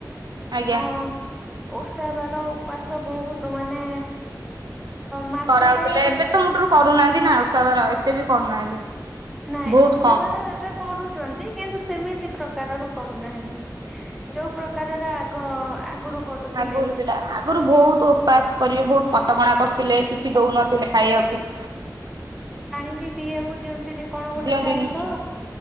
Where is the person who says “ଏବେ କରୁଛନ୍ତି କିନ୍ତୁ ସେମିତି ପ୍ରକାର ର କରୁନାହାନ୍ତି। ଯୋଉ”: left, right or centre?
Centre